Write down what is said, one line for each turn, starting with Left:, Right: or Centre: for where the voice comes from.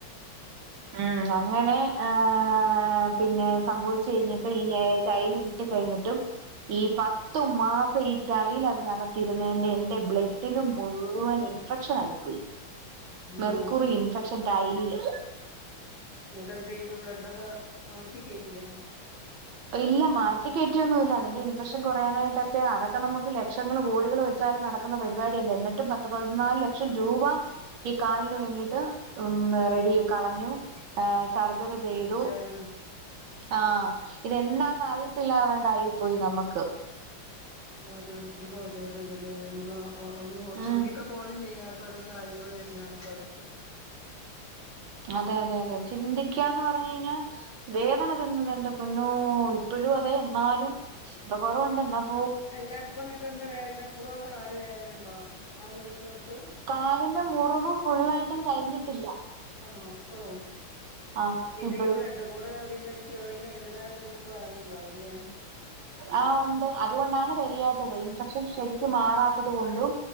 Right: ഉം അങ്ങനെ ആഹ് പിന്നെ സംഭവിച്ചു കഴിഞ്ഞിട്ട് ഈ ഞയ് ടൈല് കിട്ടി കഴിഞ്ഞിട്ടും ഈ പത്തു മാസം ഈ ടൈൽ അതിനകത്തിരുന്നയിന്റെ എന്റെ ബ്ലഡില് മുഴുവനി ഇൻഫെക്ഷനായിപ്പോയി
Left: ആണോ
Right: മെർക്കുറി ഇൻഫെക്ഷൻ ടൈലില്
Left: ഇന്നട്ടെന്തെയ്തു ബ്ലഡൊക്കെ മാറ്റി കേറ്റിയോ
Right: ഹ ഇല്ല മാറ്റിക്കേറ്റിയൊന്നുല്ല അതിന്റെ ഇൻഫെക്ഷൻ കൊറയാനായിട്ടക്കെ അതക് ക്കെ നമ്മുക്ക് ലക്ഷങ്ങള് കോടികള് വെച്ചാലും നടക്കുന്ന പരിപാടിയല്ല എന്നിട്ടും പത്ത് പതിനാല് ലക്ഷം രൂവാ ഈ കാലിന് വേണ്ടീട്ട് ഉം വെറെഡി കളഞ്ഞു ആഹ് സർജറി ചെയ്തു
Left: ഏഹ്
Right: ആഹ് ഇതെന്താന്നറിയത്തില്ലാതാണ്ടായിപ്പോയി നമക്ക്
Left: ഓരോരുത്തര്ക്ക് ഓരോരോ ഇത് ല്ലേ നമ്മള ഒ ഒന്ന് ഓ
Right: ഉം
Left: ചിന്തിക്ക പോലും ചെയ്യാത്ത് ത്തോരോ കാര്യങ്ങള് വര്ണാണ്പ്പൊ അതൊക്കെ
Right: അതെയതെയതെ ചിന്തിക്കാന്ന് പറഞ്ഞ് കഴിഞ്ഞാ വേദന തിന്നതെന്റെ പൊന്നോ ഇപ്പഴുവതെ എന്നാലും ഇപ്പൊ കൊറവുണ്ടെന്നാപ്പ്
Left: അല്ല ഇപ്പൊന്നിട്ടെന്താ വേദന ഇപ്പളുവാ കാല് വേദനയൊണ്ടോ ആ മുറിവിള്ളോടത്ത്
Right: കാലിന്റെ മുറിവ് ഫുള്ളായിട്ടും കരിഞ്ഞിട്ടില്ല
Left: ആണോ ഇപ്പളും
Right: ആഹ്
Left: പിന്നെ
Right: ഇപ്പഴും
Left: ഈ ബ്ലഡൊ കൂടെ അതിന്റന്തേ കേറീനയിന്റതായ ബുദ്ധിമുട്ട് വേറേ ഇണ്ടാവൂല്ല്യേ
Right: ആഹ് ഉണ്ട് അതുകൊണ്ടാണ് കരിയാത്തത് ഇൻഫെക്ഷൻ ശരിക്കും മാറാത്തത് കൊണ്ടും